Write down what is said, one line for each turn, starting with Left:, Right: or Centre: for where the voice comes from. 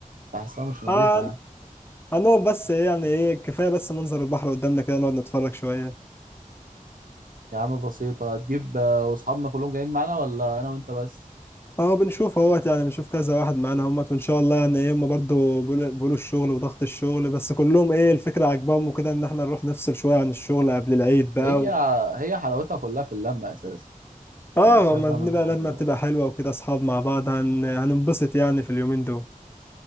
Right: بحسها مش نظيفه
Left: آه
Right: يعني
Left: هنقعد بس إيه يعني ايه كفايه بس منظر البحر قدامنا كده نقعد نتفرج شويه
Right: يا عم بسيطه هتجيب آه، واصحابنا كلهم جايين معانا ولا انا وانت بس
Left: اه بنشوف اهوت يعني بنشوف كذا واحد معانا همت وان شاء الله يعني ايه هم برضه بيقولوا بيقولوا الشغل وضغط الشغل بس كلهم ايه الفكره عاجباهم وكده ان احنا نروح نفصل شويه عن الشغل قبل العيد بقى
Right: هي
Left: و...
Right: هي حلاوتها كلها في اللمه اساسا
Left: اه
Right: يعني سيبك
Left: ما
Right: بقى
Left: بنبقى
Right: من الحوار
Left: لما بتبقى حلوه وكده اصحاب مع بعض هن... هننبسط يعني في اليومين دول